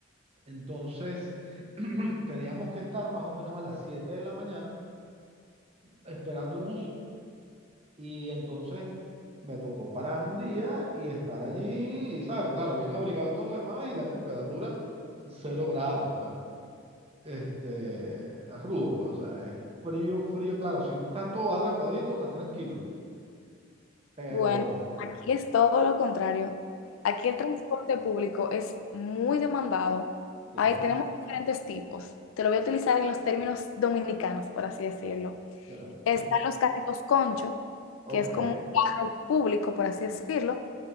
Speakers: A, on the right (about 30°); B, on the left (about 75°).
A: Entonces <clears throat> teníamos que estar más o menos a las 7 de la mañana esperando el bus y entonces me tocó pararme un día y estar allí, y, ¿sabes? Claro, bien abrigado y todo lo demás y la temperatura cero grados. Este, es rudo, pues, o sea, es frío, frío, claro, si tú estás todo arrepadito, estás tranquilo, pero,
B: Bueno, aquí es todo lo contrario. Aquí el transporte público es muy demandado.
A: claro,
B: Ahí tenemos diferentes tipos. Te lo voy a utilizar en los términos dominicanos, por así decirlo.
A: la gran-
B: Están
A: sí.
B: los carritos concho,
A: Ok.
B: que es como un carro público, por así decirlo.